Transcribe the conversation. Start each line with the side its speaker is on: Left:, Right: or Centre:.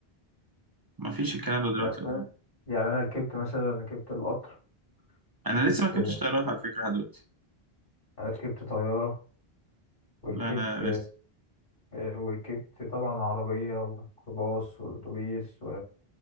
Right: ما فيش الكلام ده دلوقتي
Left: يعني
Right: اظن
Left: أنا- يعني انا ركبت مثلا ركبت القطر
Right: انا
Left: ركبت
Right: لسه ما ركبتش طيارات على فكره لحد دلوقتي
Left: ركبت طياره وركبت
Right: لا انا لسه
Left: آه، وركبت طبعا عربية وميكروباص وأتوبيس و...